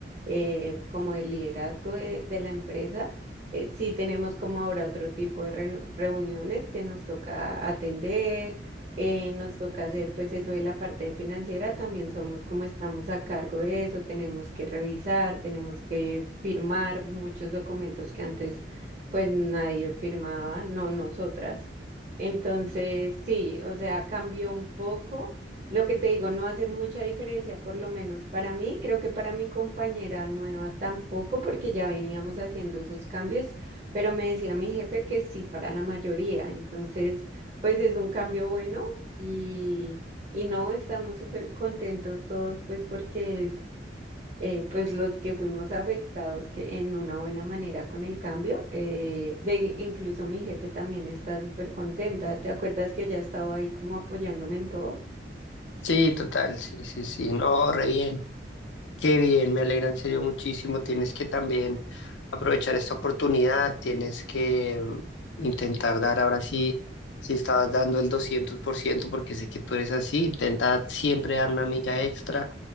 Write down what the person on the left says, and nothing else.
Sí, total, sí, sí, sí, no, re bien. Qué bien, me alegra en serio muchísimo. Tienes que también aprovechar esta oportunidad, tienes que mm, intentar dar ahora sí, si estabas dando el 200%, porque sé que tú eres así, intenta siempre dar una milla extra,